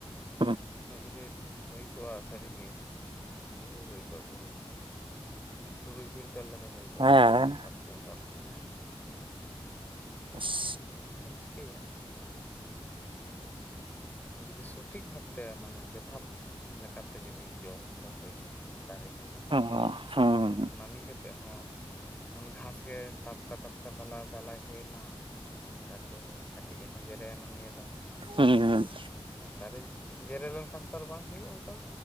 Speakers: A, on the right (about 60°); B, on the left (about 15°).
A: ᱦᱩᱸ
B: ᱩᱱᱟᱹᱜ ᱡᱩᱫᱤ ᱦᱳᱭ ᱠᱚᱜᱼᱟ ᱥᱟᱹᱨᱤ ᱜᱮ ᱵᱩᱦᱩ ᱦᱩᱭ ᱠᱚᱜᱼᱟ ᱵᱩᱦᱩ ᱛᱩᱨᱩᱭ ᱠᱩᱭᱤᱱᱴᱟᱞ ᱞᱮᱠᱟ ᱦᱳᱭ ᱠᱚᱜᱼᱟ
A: ᱦᱮᱸ
B: ᱛᱩᱨᱩᱭ ᱥᱟᱛ ᱠᱩᱭᱤᱱᱴᱟᱞ ᱞᱮᱠᱟ
A: <unintelligible>
B: ᱟᱫᱚᱢ ᱪᱤᱠᱟᱹᱭ-ᱟ ᱡᱩᱫᱤ ᱥᱚᱴᱷᱤᱠ ᱵᱷᱟᱵ ᱛᱮ ᱢᱟᱱᱮ ᱡᱚᱛᱷᱟᱛ ᱞᱮᱠᱟ ᱛᱮ ᱡᱩᱫᱤ ᱡᱚ ᱠᱚ ᱦᱳᱭ ᱠᱚᱜᱼᱟ ᱫᱟᱨᱮ ᱡᱚ ᱠᱚ
A: <unintelligible>
B: ᱱᱟᱹᱢᱤ ᱠᱟᱛᱮᱜ ᱦᱚᱸ ᱩᱱ ᱜᱷᱟᱥ ᱜᱮ ᱫᱷᱟᱯᱠᱟ ᱫᱷᱟᱯᱠᱟ ᱫᱟᱞᱟᱭ ᱫᱟᱞᱟᱭ ᱦᱳᱭᱻᱱᱟ ᱫᱟᱨᱮ ᱠᱚ ᱜᱮ ᱠᱟᱹᱴᱤᱡ ᱮᱱᱟ ᱡᱮᱨᱮ ᱮᱱᱟ ᱱᱤᱭᱟᱹ ᱫᱷᱟᱹᱣ
A: ᱦᱩᱸ ᱦᱩᱸ
B: ᱫᱟᱨᱮ ᱡᱮᱨᱮ ᱞᱮᱱᱠᱷᱟᱱ ᱛᱚ ᱟᱨ ᱵᱟᱝ ᱦᱳᱭᱳᱜᱼᱟ